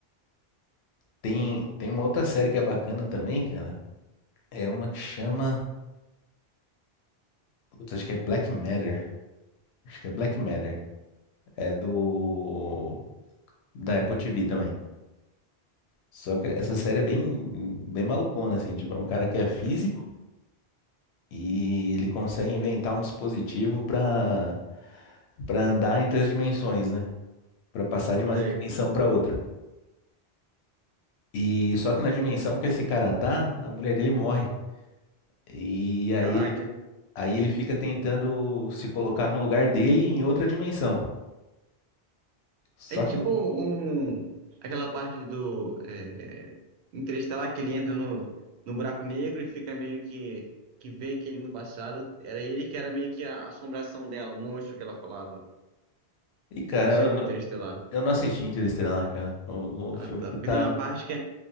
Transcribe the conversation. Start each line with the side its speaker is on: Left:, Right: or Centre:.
Left: Tem, tem uma outra série que é bacana também, cara. É uma que chama. Putz, acho que é Black Matter. Acho que é Black Matter. É do da Apple TV também. Só que essa série é bem, bem malucona, assim, tipo, é um cara que é físico e ele consegue inventar um dispositivo para para andar entre as dimensões, né? Para passar de uma
Right: Sei.
Left: dimensão para outra. E só que na dimensão que esse cara tá, a mulher dele morre. E aí
Right: Caraca.
Left: ele, aí ele fica tentando se colocar no lugar dele em outra dimensão. Só
Right: É tipo
Left: que,
Right: um, aquela parte do é, Interestelar que ele entra no, no buraco negro e fica meio que, que vê que ele no passado era ele que era meio que a assombração dela, o monstro que ela falava. Não
Left: e cara,
Right: sei se
Left: eu,
Right: você viu Interestelar.
Left: eu não assisti Interestelar, cara. O,
Right: Ah,
Left: o filme
Right: tá.
Left: que
Right: Porque
Left: tá.
Right: tem uma parte que é,